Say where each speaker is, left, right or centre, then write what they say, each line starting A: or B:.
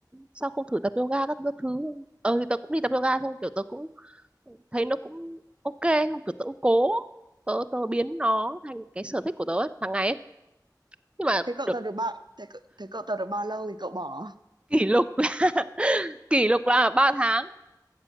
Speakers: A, on the right (about 15°); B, on the right (about 80°).
A: sao không thử tập yoga các, thứ các thứ ờ thì tớ cũng đi tập yoga xong kiểu tớ cũng thấy nó cũng ok xong kiểu tớ cũng cố tớ tớ biến nó thành cái sở thích của tớ ấy, hàng ngày ấy. nhưng mà
B: thế cậu
A: được
B: tập được bao thế, cậu- thế cậu tập được bao lâu thì cậu bỏ
A: kỷ lục <laughs> là kỷ lục là ba tháng